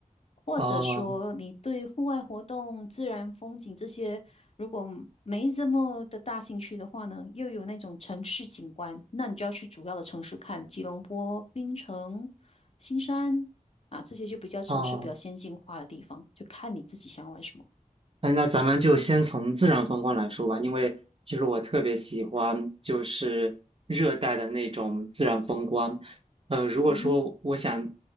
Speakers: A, on the left (about 50°); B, on the right (about 45°).
A: 或者说，
B: 哦
A: 你对户外活动、自然风景这些，如果没这么的大兴趣的话呢，又有那种城市景观，那你就要去主要的城市看，吉隆坡、槟城、新山啊，这些就比较城市比较先进化的地方，
B: 哦。
A: 就看你自己想要玩什么。
B: 哎，那咱们就先从自然风光来说吧，因为其实我特别喜欢就是热带的那种自然风光。呃，如果说我想
A: 嗯哼。